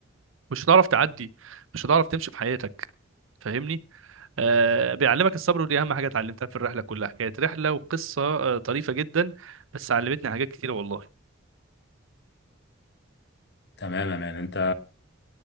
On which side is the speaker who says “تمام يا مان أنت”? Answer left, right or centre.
Left